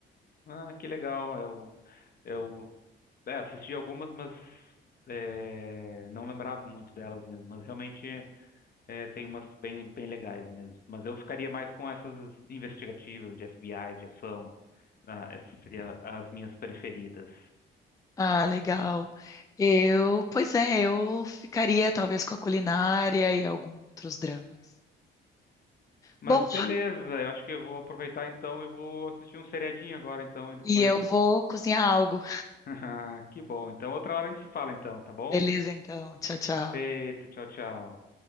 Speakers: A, on the left (about 50°); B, on the left (about 15°).
A: Ah, que legal, eu... Eu É, assisti algumas, mas é, não lembrava muito delas mesmo. Mas realmente é, tem umas bem, bem legais mesmo. Mas eu ficaria mais com essas investigativas de FBI, de ação. Ah, essas seriam as minhas preferidas.
B: Ah, legal. Eu, pois é, eu ficaria talvez com a culinária e alguns outros dramas.
A: Mas
B: Bom,
A: beleza, eu acho que eu vou aproveitar então e vou assistir um seriadinho agora então e depois.
B: e eu vou cozinhar algo.
A: <laughs> Que bom. Então outra hora a gente se fala então, tá bom?
B: Beleza, então. Tchau, tchau.
A: Feito, tchau, tchau.